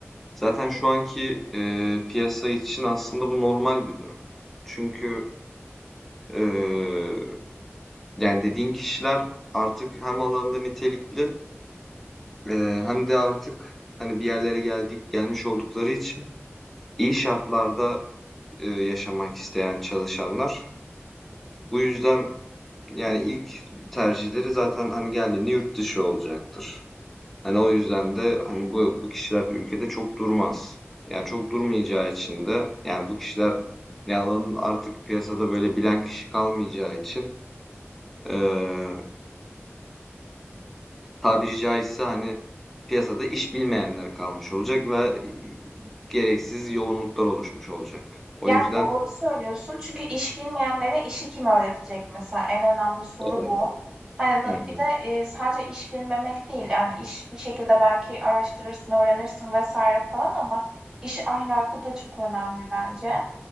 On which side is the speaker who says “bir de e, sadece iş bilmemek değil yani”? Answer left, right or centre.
Right